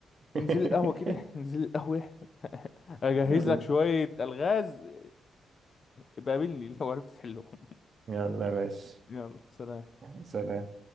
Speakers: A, on the right (about 45°); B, on the left (about 40°).
A: <laughs>
B: انزل القهوة كده انزل القهوة <laughs> اجهز
A: يلا
B: لك شوية الغاز <laughs> بقابلني لو عرفت تحلهم
A: يلا يا باشا
B: <laughs> يلا سلام
A: سلام